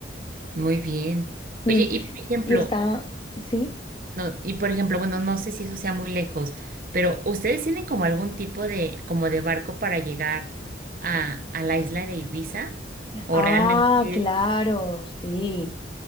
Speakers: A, on the right; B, on the left.
A: muy bien.
B: mm,
A: Oye, y por ejemplo,
B: y está, sí.
A: No, y por ejemplo, bueno, no sé si eso sea muy lejos, pero ¿ustedes tienen como algún tipo de, como de barco para llegar a, a la isla de Ibiza? ¿O
B: Ah,
A: realmente
B: claro,
A: es-
B: sí.